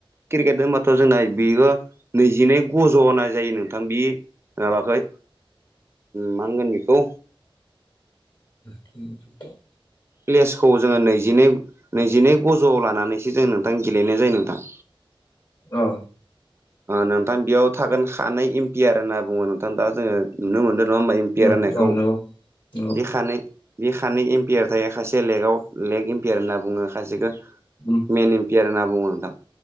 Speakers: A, on the right; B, on the left.
A: क्रिकेट होनबाथ' जोंना बेयो नैजिनै गज' होननाय जायो नोंथां बे ओ बाखै मा होनगोन बेखौ
B: <inaudible>
A: प्लेसखौ जोङो नैजिनै नैजिनै गजौ लानानैसो जों नोंथां गेलेनाय जायो नोंथां।
B: औ।
A: नोंथां बेयाव थागोन हानाय एमपियार होनना बुङो नोंथां दा जोङो नुनो मोनदों नङा होमबा एमपियार
B: उम
A: राननायखौ,
B: औ नंगौ नंगौ
A: बेखानो बे सानै एम्पियार थायो सायसे लेगाव लेग एम्पियार होनना बुङो खसेखौ
B: औ
A: मेन प होनना बुङो नोंथां